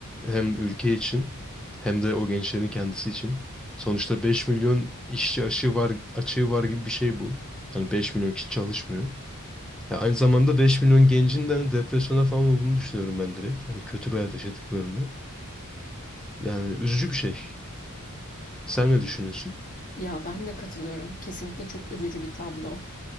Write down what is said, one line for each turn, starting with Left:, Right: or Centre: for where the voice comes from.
Centre: Hem ülke için hem de o gençlerin kendisi için. Sonuçta 5 milyon işçi açığı var, açığı var gibi bir şey bu. Hani 5 milyon kişi çalışmıyor. Ya aynı zamanda 5 milyon gencin de hani depresyona falan olduğunu düşünüyorum ben direkt. Hani kötü bir hayat yaşadıklarını. Yani üzücü bir şey. Sen ne düşünüyorsun?
Left: Ya ben de katılıyorum. Kesinlikle çok üzücü bir tablo.